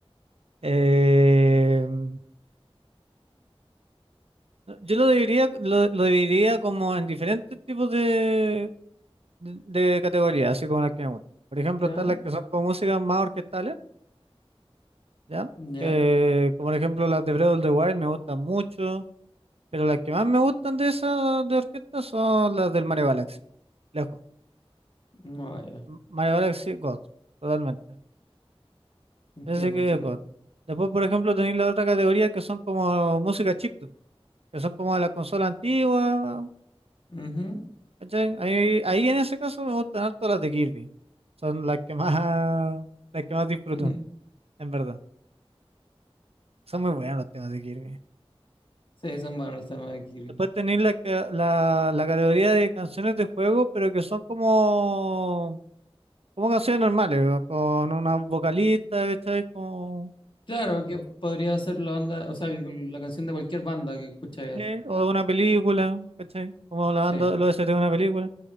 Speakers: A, on the right; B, on the left.
A: Eh, no, yo lo dividiría, lo, lo dividiría como en diferentes tipos de, de, de categorías, así como las que me gustan. Por ejemplo,
B: ¿Ya?
A: están las que son como músicas más orquestales, ¿ya?
B: ¿Ya?
A: Que, como por ejemplo las de Breath of the Wild me gustan mucho, pero las que más me gustan de esas de orquesta son las del Mario Galaxy, lejos.
B: No, ah, ya.
A: M- Mario Galaxy God, totalmente.
B: Entiendo,
A: Ese que
B: entiendo.
A: es God. Después, por ejemplo, tenéis la otra categoría que son como música chiptune, que son como de la consola antigua,
B: Ujú,
A: ¿cachai? Ahí, ahí en ese caso me gustan harto las de Kirby. Son las que más, las que más disfruto,
B: <laughs> ujú.
A: en verdad. Son muy buenos los temas de Kirby.
B: Sí, son buenos los temas de Kirby.
A: Después tenéis la, ca- la, la categoría de canciones de juego, pero que son como, como canciones normales, ¿no? con una vocalista, ¿cachai? Como,
B: Claro, que podría ser la banda, o sea, el- la canción de cualquier banda que escucháis.
A: ¿sí? O de una película, ¿cachai? Como la
B: Sí,
A: banda, los OST de una película.